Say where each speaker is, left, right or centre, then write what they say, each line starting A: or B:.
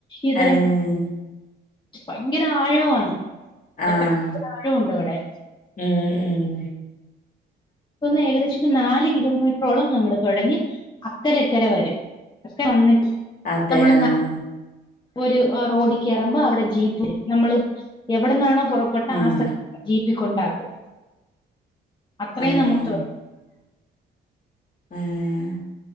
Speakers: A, on the left (about 25°); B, on the left (about 45°).
A: ഇതരം
B: ഏഹ്
A: ഭയങ്കര ആഴം ആണ്
B: ആഹ്
A: എത്രയോ ആഴുണ്ട് അവിടെ
B: ഉം ഉം
A: ന്ന് ഏകദേശം ഒരു നാല് കിലോമീറ്ററോളം നമ്മള് തൊഴഞ്ഞ് അക്കരഇക്കര വരും അക്കര വന്നിട്ട്
B: അതെ
A: നമ്മൾ
B: ആഹ
A: ഒരു റോഡിൽ കേറുമ്പോൾ അവിടെ ജീപ്പ് വരുംനമ്മള് എവിടന്നാണോ പുറപ്പെട്ട
B: ആഹ്
A: ആ സ്ഥലത്ത് ജീപ്പ് <unintelligible> ട്ടീ ക്കൊണ്ടാക്കും അത്രയും
B: ആഹ്
A: നമ്മ <unintelligible>
B: ആഹ